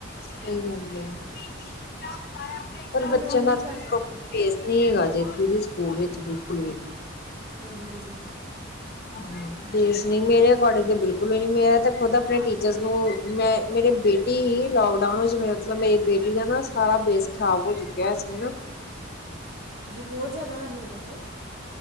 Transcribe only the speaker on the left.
ਸਹੀ ਗੱਲ ਐ। ਪਰ
ਬੱਚਿਆਂ
ਦਾ
ਪ੍ਰੋਪਰ
ਫੇਸ ਨੀ ਹੈਗਾ। ਦੇ ਤੀ ਦੀ ਸਕੂਲ ਵਿੱਚ ਬਿਲਕੁਲ ਵੀ
ਹ ਬੇਸ ਨ ਮੇਰੇ ਅਕੋਰਡਿੰਗ ਤੇ ਬਿਲਕੁਲ ਹੀ ਨ ਮੇਰਾ ਤੇ ਖੁਦ ਆਪਣੇ ਟੀਚਰ ਨੂੰ ਮੈਂ ਮੇਰੀ ਬੇਟੀ ਹੀ ਲੋਕਡਾਊਨ ਵਿੱਚ ਮਤਲਬ ਮੇਰੀ ਬੇਟੀ ਦਾ ਨਾ ਸਾਰਾ ਬੇਸ ਖ਼ਰਾਬ ਹੋ ਚੁੱਕਿਆ ਸੀ।